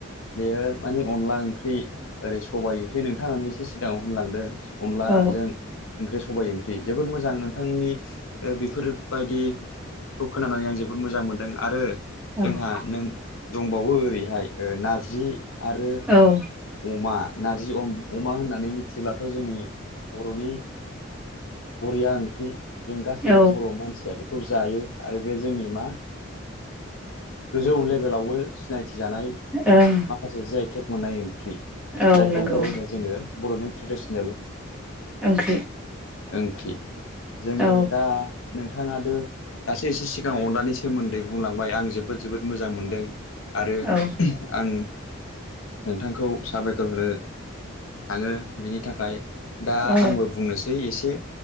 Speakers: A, on the left; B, in the centre.
A: बेयो माने अन ला ओंख्रि ओरै सबाय ओंख्रि नोंथाङानो एसे सिगाङाव होनलांदों। अनलाजों
B: औ
A: ओंख्रि स सबाइ ओंख्रि जोबोद मोजां नोंथांनि ओ बेफोरबायदि खौ खोनानानै आं जोबोद मोजां मोनदों आरो जोंहा
B: औ
A: नों दंबावो ओरैहाय ओ नारजि आरो
B: औ
A: अमा नारजि अमा होननानै मिथिब्लाथ' जोंनि बर'नि बरिया ओंख्रि जों गासैबो
B: औ
A: बर' मानसिया बे खौ जायो आरो बे जोंनि मा गोजौ लेभेलावबो सिनायथि जानाय
B: ओं
A: माखासे जिआइटेक मोननाय ओंख्रि
B: औ
A: जायखौ
B: नंगौ
A: होनो जोङो बर'नि ट्रेडिसनेल
B: ओंख्रि
A: ओंख्रि जोङो
B: औ
A: दा नोंथाङा दो दासै एसो सिगां अनलानि सोमोन्दै बुंलांबाय आं जेबो जोबोद जोबोद मोजां मोनदों आरो
B: औ
A: आं नोंथां खौ साबायखर होनो थाङो बिनि थाखाय दा
B: औ
A: आंबो बुंनोसै एसे